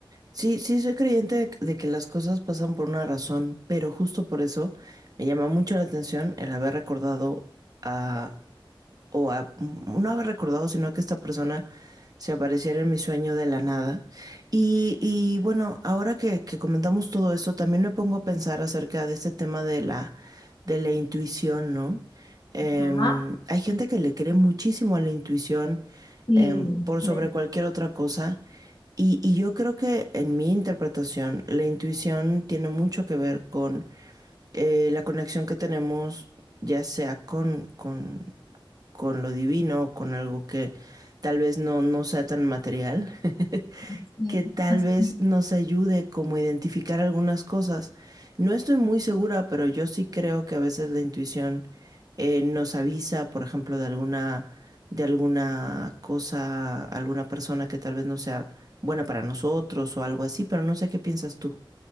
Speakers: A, on the right; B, on the left.
A: sí, sí soy creyente de, de que las cosas pasan por una razón, pero justo por eso me llama mucho la atención el haber recordado a o a- no haber recordado, sino que esta persona se apareciera en mi sueño de la nada. Y, y bueno, ahora que, que comentamos todo esto, también me pongo a pensar acerca de este tema de la, de la intuición, ¿no? Em,
B: Ah,
A: hay gente que le cree muchísimo a la intuición,
B: sí,
A: em, por
B: ver-
A: sobre cualquier otra cosa. Y, y yo creo que en mi interpretación, la intuición tiene mucho que ver con eh, la conexión que tenemos, ya sea con, con, con lo divino, con algo que tal vez no, no sea tan material, <laughs>
B: así
A: que
B: es,
A: tal
B: así.
A: vez nos ayude como a identificar algunas cosas. No estoy muy segura, pero yo sí creo que a veces la intuición eh, nos avisa, por ejemplo, de alguna, de alguna cosa, alguna persona que tal vez no sea buena para nosotros o algo así, pero no sé qué piensas tú.